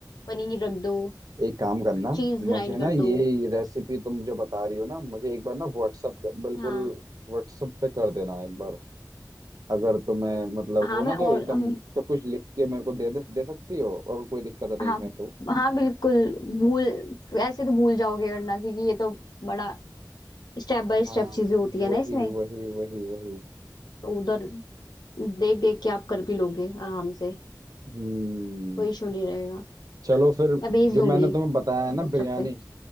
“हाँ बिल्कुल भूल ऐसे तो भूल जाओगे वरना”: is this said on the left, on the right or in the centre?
Left